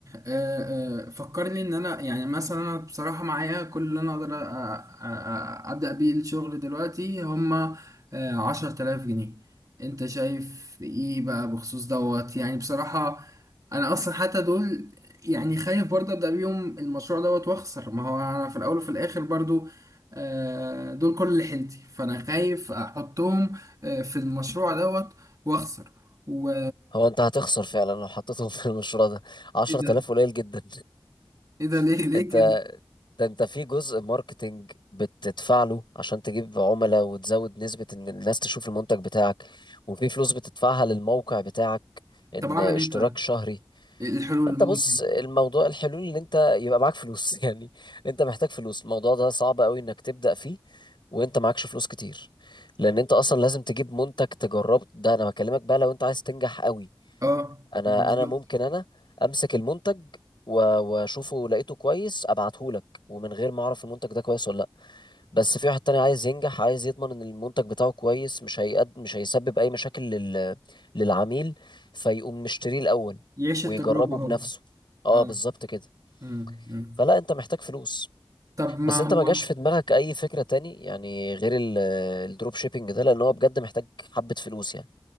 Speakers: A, on the right; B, on the left.
A: آه، آه، فكرني ان انا يعني مثلا انا بصراحه معايا كل اللي انا اقدر أ- أ- أ- ابدا بيه الشغل دلوقتي هما آه، عشرة آلاف جنيه انت شايف ايه بقى بخصوص دوت يعني بصراحه انا اصلا حتى دول يعني خايف برضه ابدا بيهم المشروع دوت واخسر ما هو انا في الاول وفي الاخر برضه آه، دول كل اللي حيلتي فانا خايف احطهم آه، في المشروع دوت واخسر و
B: هو انت هتخسر فعلا لو حطيتهم في المشروع ده 10000
A: ايه ده
B: قليل جدا
A: ايه ده
B: <laughs>
A: ليه ليه
B: انت
A: كده
B: ده انت في جزء ماركتينج بتدفع له عشان تجيب عملاء وتزود نسبة ان الناس تشوف المنتج بتاعك وفي فلوس بتدفعها للموقع بتاعك ان
A: طب اعمل
B: اشتراك
A: ايه طيب
B: شهري
A: إيه الحلول
B: انت
A: اللي
B: بص
A: ممكن
B: الموضوع الحلول ان انت يبقى معاك فلوس <laughs> يعني انت محتاج فلوس الموضوع ده صعب قوي انك تبدأ فيه وانت معكش فلوس كتير لان انت اصلا لازم تجيب منتج تجربه ده انا بكلمك بقى لو انت عايز تنجح قوي
A: اه
B: انا
A: بالظبط
B: انا ممكن انا امسك المنتج و- واشوفه لقيته كويس ابعته لك ومن غير ما اعرف المنتج ده كويس ولا لا بس في واحد تاني عايز ينجح عايز يضمن ان المنتج بتاعه كويس مش هيقد مش هيسبب اي مشاكل لل... للعميل فيقوم مشتريه الاول
A: يعيش
B: ويجربه
A: التجربة هو
B: بنفسه اه
A: اه
B: بالظبط كده
A: امم أمم.
B: فلا انت محتاج فلوس
A: طب ما
B: بس انت
A: هو
B: ما جاش في دماغك اي فكرة تاني يعني غير ال- الدروب شيبينج ده لان هو بجد محتاج حبة فلوس يعني